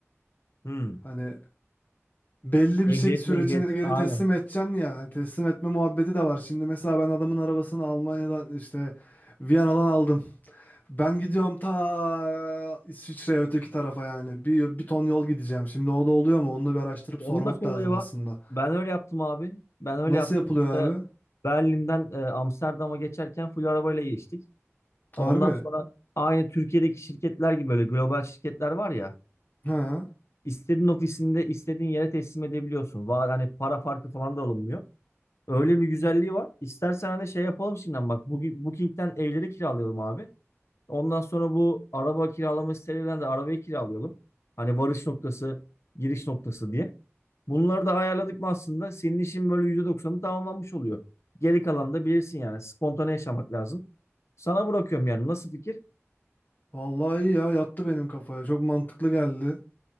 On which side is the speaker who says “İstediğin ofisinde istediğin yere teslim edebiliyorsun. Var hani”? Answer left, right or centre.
Left